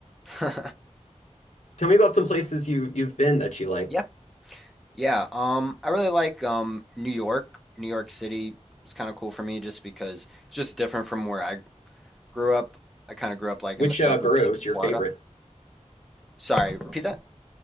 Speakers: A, in the centre; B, on the left.
A: <laughs>
B: tell me about some places you you've been that you like.
A: Yep. Yeah. Um, I really like um New York. New York City was kind of cool for me just because it's just different from where I grew up. I kind of grew up like
B: Which
A: in the suburbs
B: uh borough
A: in
B: is your
A: Florida.
B: favorite?
A: Sorry, repeat that.